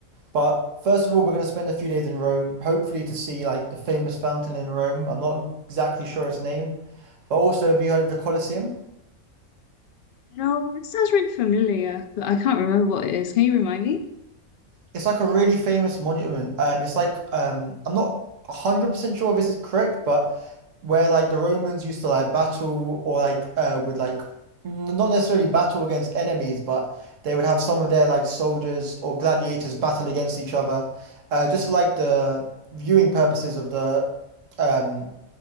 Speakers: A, on the right (about 60°); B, on the left (about 85°).
A: But first of all, we're going to spend a few days in Rome, hopefully to see like the famous fountain in Rome. I'm not exactly sure its name, but also have you heard of the Colosseum?
B: No, it sounds really familiar, but I can't remember what it is. Can you remind me?
A: It's like a really famous monument. Um, it's like um, I'm not 100% sure if this is correct, but where like the Romans used to like battle or like uh would like n- not necessarily battle against enemies, but they would have some of their like soldiers or gladiators battle against each other, uh, just for like the viewing purposes of the um